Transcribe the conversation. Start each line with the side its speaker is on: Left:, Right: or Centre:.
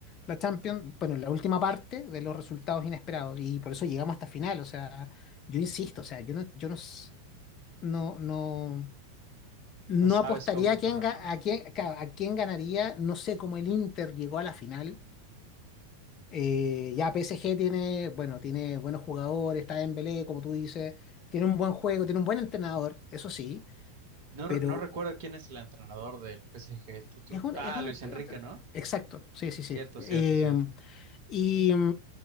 Left: la Champions, bueno, la última parte de los resultados inesperados y por eso llegamos hasta final. O sea, yo insisto, o sea, yo no, yo no, s- no, no, no
Right: No sabes
Left: apostaría
Right: cómo
Left: a
Right: ocurrió,
Left: quién, ga-
Right: ¿no?
Left: a quién, ca- a quién ganaría. No sé cómo el Inter llegó a la final. Eh, ya PSG tiene, bueno, tiene buenos jugadores, está Dembélé, como tú dices, tiene un buen juego, tiene un buen entrenador, eso sí,
Right: No,
Left: pero
Right: no recuerdo quién es el entrenador del PSG. Tú- tú-
Left: es un,
Right: Ah,
Left: es un
Right: Luis
Left: ent-
Right: Enrique, ¿no?
Left: exacto, sí, sí, sí.
Right: Cierto,
Left: Eh,
Right: cierto, cierto.
Left: y,